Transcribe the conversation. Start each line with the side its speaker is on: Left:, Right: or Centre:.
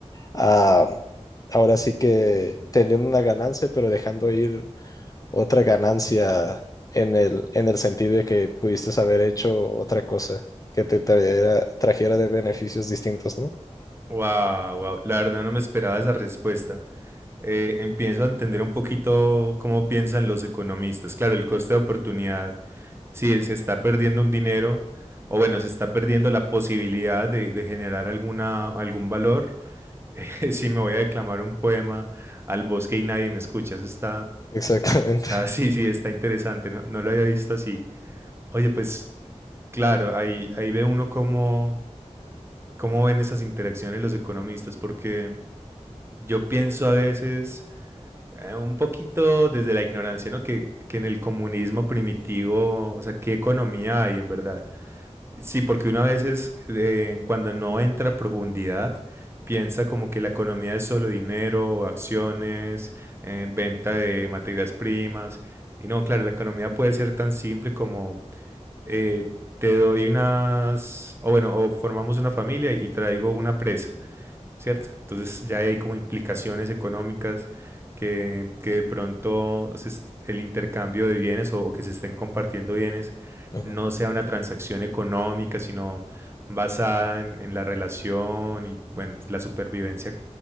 Left: ah, ahora sí que teniendo una ganancia, pero dejando ir otra ganancia en el, en el sentido de que pudiste haber hecho otra cosa que te trajera, trajera de beneficios distintos, ¿no?
Right: Wow, wow. La verdad no me esperaba esa respuesta. Eh, empiezo a entender un poquito cómo piensan los economistas. Claro, el coste de oportunidad Sí, se está perdiendo un dinero, o bueno, se está perdiendo la posibilidad de, de generar alguna, algún valor. <laughs> Si me voy a declamar un poema al bosque y nadie me escucha, eso está,
Left: Exactamente.
Right: está, <laughs> sí, sí, está interesante, no, no lo había visto así. Oye, pues claro, ahí, ahí ve uno cómo, cómo ven esas interacciones los economistas, porque yo pienso a veces eh, un poquito desde la ignorancia, ¿no? Que, que en el comunismo primitivo, o sea, ¿qué economía hay en verdad? Sí, porque una vez es eh, cuando no entra a profundidad, piensa como que la economía es solo dinero, acciones, eh, venta de materias primas. Y no, claro, la economía puede ser tan simple como eh, te doy unas, o bueno, o formamos una familia y traigo una presa. ¿cierto? Entonces ya hay como implicaciones económicas que, que de pronto se est- el intercambio de bienes o, o que se estén compartiendo bienes
Left: Ujú.
Right: no sea una transacción económica, sino basada en, en la relación y bueno, la supervivencia